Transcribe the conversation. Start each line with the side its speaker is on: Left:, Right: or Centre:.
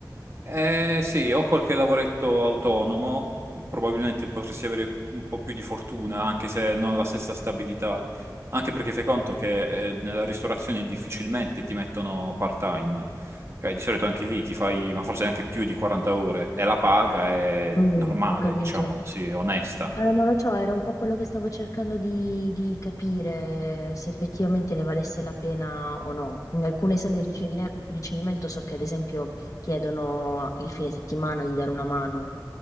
Right: Eh, sì, ho qualche lavoretto autonomo, probabilmente potresti avere un po' più di fortuna, anche se non la stessa stabilità, anche perché fai conto che eh, nella ristorazione difficilmente ti mettono part-time, cioè di solito anche lì ti fai, ma forse anche più di 40 ore, e la paga è
Left: Mm,
Right: normale,
Left: ho capito.
Right: diciamo, sì, onesta.
Left: Eh, non lo so, era un po' quello che stavo cercando di, di capire se effettivamente ne valesse la pena o no. In alcune sale di ricevine- ricevimento so che ad esempio chiedono il fine settimana di dare una mano,